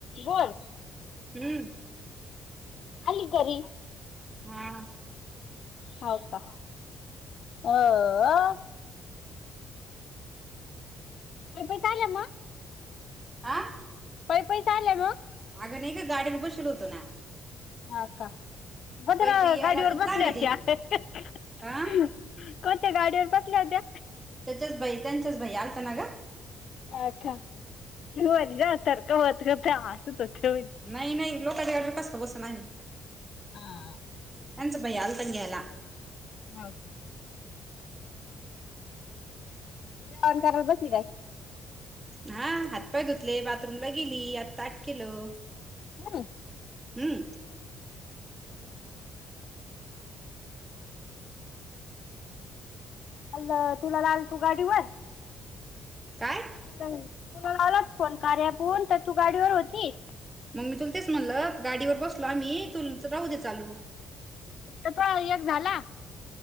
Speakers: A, on the left; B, on the right.
A: बोल.
B: हम्म.
A: आली घरी.
B: हा
A: हाव का, अअ प चाल मग,, <unintelligible>
B: आं.
A: काई पैसे आले मग
B: अगं नाही ग, गाडीत बशीवलो होतो ना.
A: हा का, बंद
B: पैपी यायला
A: गाडीवर
B: किती
A: बसल्या
B: लांब आहे ते
A: त्या कोणत्या
B: हा
A: गाडीवर बसल्या होत्या?
B: त्याच्याच, भई त्यांच्याच भाई आलताना ग.
A: अच्छा, <unintelligible>
B: नाही नाही, लोकांच्या गाडीवर कस बसून आली.
A: हा.
B: त्यांचा भाई आलता ग घ्यायला.
A: होव का जेवाण करत बसली काय?
B: हा हातपाय धुतले, बाथरूमला गेली, आत ताट केलं.
A: म्हणून
B: हूं
A: बरं हल्ल तुला लावाला तू गाडीवर
B: काय?
A: ती नाही तुला लावला फोन कार्या अँपवर, पण तू गाडीवर होती.
B: मंग मी तुला तेच म्हणलं, गाडीवर बसलो आम्ही, तुमच राहू दे चालू
A: त पा एक झाला,